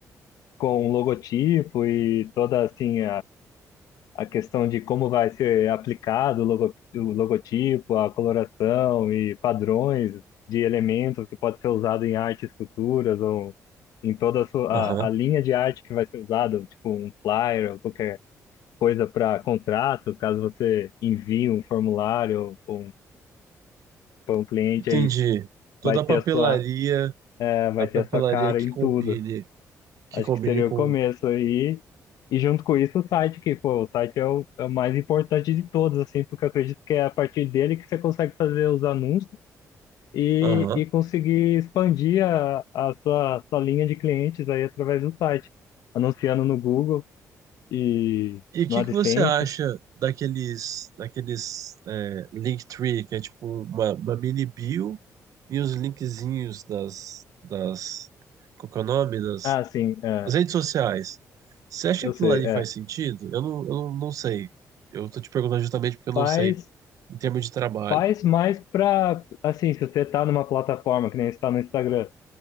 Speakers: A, on the left; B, on the right.
A: com um logotipo e toda, assim, a questão de como vai ser aplicado o logo- o logotipo, a coloração e padrões de elementos que pode ser usado em artes futuras ou em toda a, sua-
B: Aham.
A: a- a linha de arte que vai ser usada, tipo um flyer ou qualquer coisa para contrato, caso você envie um formulário ou um, para um cliente
B: Entendi.
A: aí
B: Toda
A: vai
B: a
A: ter
B: papelaria,
A: a sua, eh, vai
B: a papelaria
A: ter a sua cara
B: que
A: em
B: combine,
A: tudo.
B: que
A: Acho
B: combine
A: que seria
B: com.
A: o começo aí. E junto com isso o site, que, pô, o site é o, é o mais importante de todos, assim, porque eu acredito que é a partir dele que você consegue fazer os anúncios e,
B: Aham.
A: e conseguir expandir a, a sua, sua linha de clientes aí através do site, anunciando no Google e
B: E o que
A: no AdSense.
B: que você acha daqueles, daqueles é, Linktree, que é tipo uma, uma mini bio e os linkzinhos das, das, qual que é o nome? Das,
A: Ah, sim, é,
B: das redes sociais. Você acha
A: eu
B: que
A: sei,
B: aquilo ali
A: é.
B: faz sentido? Eu não, eu não não sei. Eu tô te perguntando justamente porque eu
A: Faz,
B: não sei em termos de trabalho.
A: faz mais pra, assim, se você tá numa plataforma que nem está no Instagram,